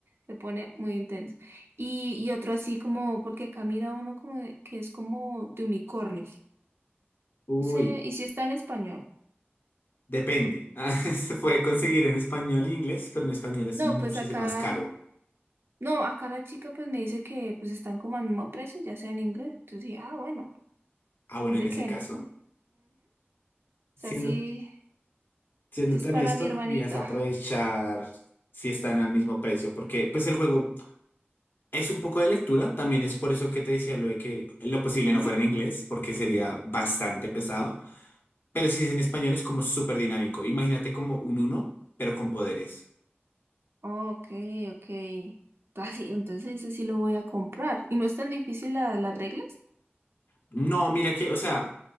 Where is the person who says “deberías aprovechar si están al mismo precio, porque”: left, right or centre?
Left